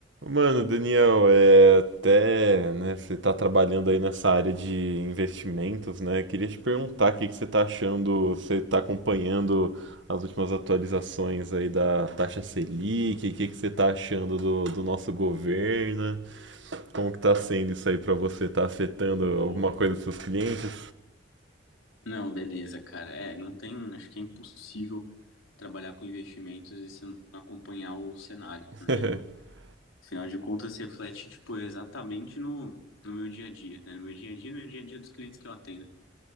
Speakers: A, on the right; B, on the left.
A: Mano, Daniel, é, até, né, você tá trabalhando aí nessa área de investimentos, né? Queria te perguntar o que que você tá achando, você tá acompanhando as últimas atualizações aí da taxa Selic, o que que você tá achando do, do nosso governo? Como que tá sendo isso aí pra você? Tá afetando
B: Boa.
A: alguma coisa dos seus clientes?
B: Não, beleza, cara. É, não tem, acho que é impossível trabalhar com investimentos e você não acompanhar o cenário, né?
A: <laughs>
B: Afinal de contas, se reflete, tipo, exatamente no, no meu dia a dia, né? No meu dia a dia, no meu dia a dia dos clientes que eu atendo.